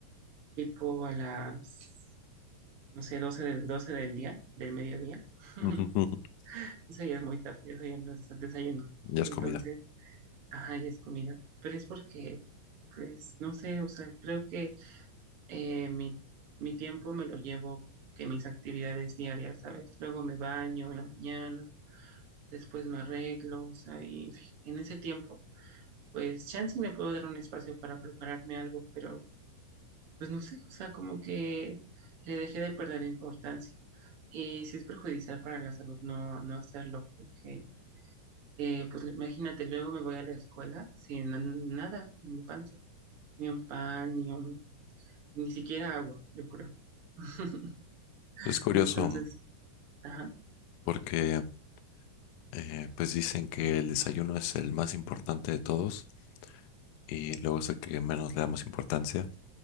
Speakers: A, on the right (about 45°); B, on the left (about 75°).
A: tipo a las, no sé, doce del, 12 del día, del mediodía. <laughs>
B: <laughs>
A: Eso ya es muy tarde, eso ya no es desayuno.
B: Ya
A: Entonces...
B: es comida.
A: Ajá, y es comida. Pero es porque, pues, no sé, o sea, creo que eh, mi, mi tiempo me lo llevo con que en mis actividades diarias, ¿sabes? Luego me baño en la mañana, después me arreglo, o sea, y en ese tiempo, pues, chance me puedo dar un espacio para prepararme algo, pero, pues, no sé, o sea, como que le dejé de perder importancia. Y si es perjudicial para la salud, no, no hacerlo, porque, eh, pues, imagínate, luego me voy a la escuela sin na- nada en mi panza. ni un pan, ni un, ni siquiera agua, yo creo. <laughs>
B: Es curioso
A: Entonces,
B: mm,
A: ajá.
B: porque eh, pues dicen que el desayuno es el más importante de todos y luego es el que menos le damos importancia.